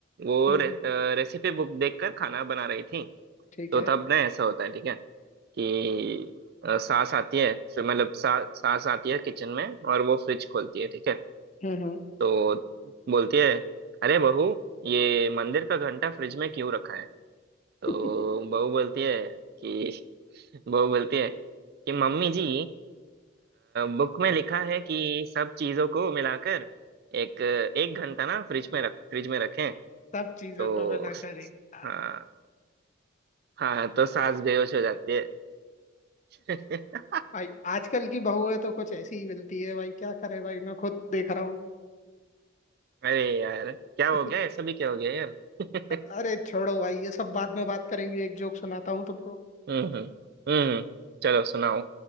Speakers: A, on the right (about 50°); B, on the left (about 35°).
A: वो
B: हम्म
A: रे,
B: हम्म,
A: अ, रेसिपी बुक देखकर खाना बना रही थी
B: ठीक
A: तो
B: है
A: तब ना ऐसा होता है ठीक है कि अ, सास आती है फिर मतलब सा, सास आती है किचन में और वो फ्रिज खोलती है ठीक है
B: हम्म हम्म
A: तो बोलती है अरे बहू ये मंदिर का घंटा फ्रिज में क्यों रखा है
B: <laughs>
A: तो बहू बोलती है कि <laughs> बहू बोलती है कि मम्मी जी बुक में लिखा है कि सब चीजों को मिलाकर एक एक घंटा ना फ्रिज में रख फ्रिज में रखें
B: सब चीजों
A: तो
B: को मिलाकर एक
A: <laughs>
B: हाँ।
A: हाँ हाँ तो सांस बेहोश हो जाती है <laughs>
B: भाई आजकल की बहुएं तो कुछ ऐसी ही मिलती है भाई क्या करे भाई मैं खुद देख रहा हूँ
A: अरे यार क्या हो
B: भाई
A: गया
B: <laughs>
A: ऐसा भी क्या हो गया यार <laughs>
B: अ- अरे छोड़ो भाई ये सब बाद में बात करेंगे एक जोक सुनाता हूँ तुमको
A: हम्म हम्म हम्म, चलो सुनाओ